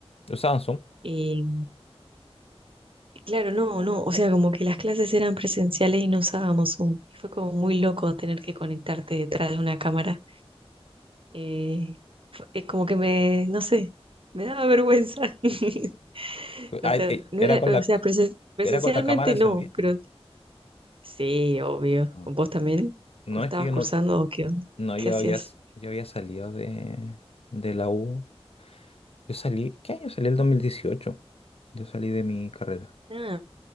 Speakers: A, on the left (about 70°); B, on the right (about 55°).
A: usaban Zoom.
B: Y claro, no, no, o sea, como que las clases eran presenciales y no usábamos Zoom. Y Fue como muy loco tener que conectarte detrás de una cámara. Eh, fue- eh, como que me, no sé, me daba vergüenza. <laughs>
A: Pues,
B: O
A: ah,
B: sea,
A: eh,
B: no
A: Era
B: era,
A: con la,
B: o sea, presen- presencialmente
A: era con la cámara encendida.
B: no, pero sí, obvio.
A: Ah.
B: ¿Vos también?
A: No,
B: ¿Estabas
A: es que yo
B: cursando
A: no,
B: o qué onda?
A: no,
B: ¿Qué
A: yo
B: hacías?
A: había, s- yo había salido de, de la U. Yo salí, ¿qué año salí? El 2018. Yo salí de mi carrera.
B: Ah,